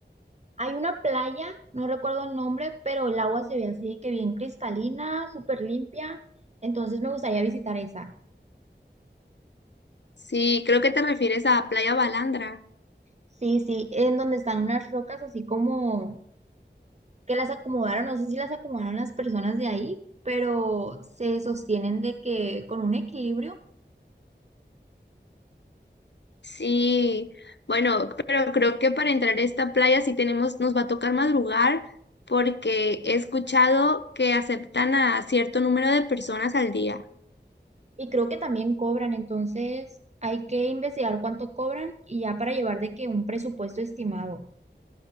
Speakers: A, on the right; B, on the left.
A: Hay una playa, no recuerdo el nombre, pero el agua se ve así que bien cristalina, súper limpia. Entonces me gustaría visitar esa.
B: Sí, creo que te refieres a Playa Balandra.
A: Sí, sí, en donde están unas rocas así como que las acomodaron, no sé si las acomodaron las personas de ahí, pero se sostienen de que con un equilibrio
B: Sí, bueno, pero creo que para entrar a esta playa sí tenemos, nos va a tocar madrugar porque he escuchado que aceptan a cierto número de personas al día.
A: y creo que también cobran, entonces hay que investigar cuánto cobran y ya para llevar de que un presupuesto estimado.